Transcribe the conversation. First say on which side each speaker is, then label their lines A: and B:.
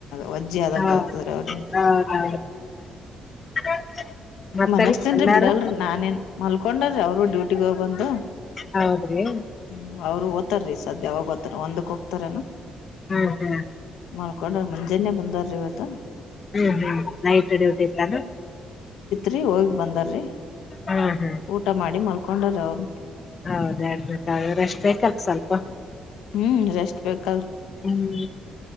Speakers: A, on the left (about 85°); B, on the left (about 40°).
A: ವಜ್ಜ ಆದಂಗ
B: ಹೌ
A: ಆಗ್ತದ್ರ ಅವ್ರಿಗೆ
B: ಹೌದೌದು <unintelligible> ಮತ್ತರಿ
A: ಮನ್ಸ್ತನಿರ
B: ಅಣ್ಣಾರು
A: ಬಿಡಲ್ರರಿ ನಾನೇನ್ ಮಲ್ಕೊಂಡ್ರಿ ಅವ್ರು ಡ್ಯೂಟಿಗ್ ಹೋಗ್ ಬಂದು
B: ಹೌದ್ರಿ
A: ಹ್ಮ್ ಅವ್ರು ಓತ್ತತ್ರರಿ ಸದ್ಯಾಗ ಒಂದಕ ಹೂತರ ಏನ
B: ಹ್ಮ್ ಹ್ಮ್
A: ಕಕೊಂಡ್ರ ಮಂಜಾನೆೇ ಬಂದಾರ ಇವತ್
B: ಹ್ಮ್ ಹ್ಮ್ ನೈಟ್ ಡ್ಯೂಟಿ ಇತ್ತಾನ
A: ರಿ ಹೋಗ ಬಾಂದರ ರ
B: ಹ್ಮ್ ಹ್ಮ್
A: ಊಟ ಮಾಡಿ ಮಲ್ ಕೊಂಡರೆ ಅವ್ರು
B: ಹೌದ ಹೇಳರೀ ರೇಷ್ಟ್ ಬೇಕಲ್ ಸ್ವಲ್ಪ
A: ಹ್ಮ್ ರೆಸ್ ಬಕ್
B: ಹ್ಮ್